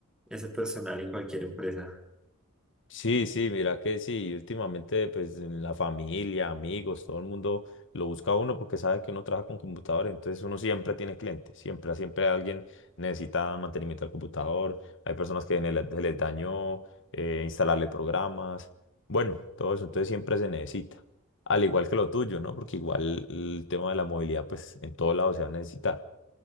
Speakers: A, in the centre; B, on the left.
A: ese personal en cualquier empresa.
B: Sí, sí, mira que sí, últimamente pues en la familia, amigos, todo el mundo lo busca a uno porque sabe que uno trabaja con computador, entonces uno siempre tiene clientes, siempre, siempre alguien necesita mantenimiento del computador, hay personas que en el, se les dañó eh, instalarle programas, bueno, todo eso, entonces siempre se necesita, al igual que lo tuyo, ¿no? Porque igual el tema de la movilidad pues en todo lado se va a necesitar.